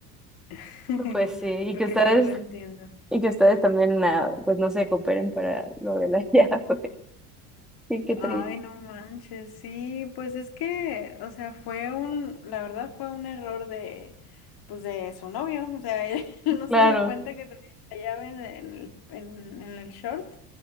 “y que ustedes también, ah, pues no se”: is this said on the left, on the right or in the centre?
Centre